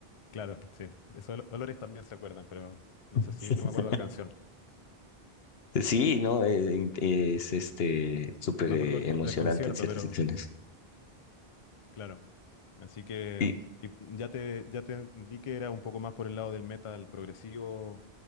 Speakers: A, on the left; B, on the left.
A: Claro, sí. De esos ol- olores también se acuerdan, pero no
B: <laughs>
A: sé si, no me acuerdo la canción.
B: Sí, no, eh, es, este súper
A: Me
B: eh,
A: acuerdo del, co-
B: emocionante
A: del concierto,
B: en ciertas
A: pero
B: situaciones.
A: claro. Así que
B: Y,
A: y ya te, ya te vi que era un poco más por el lado del metal progresivo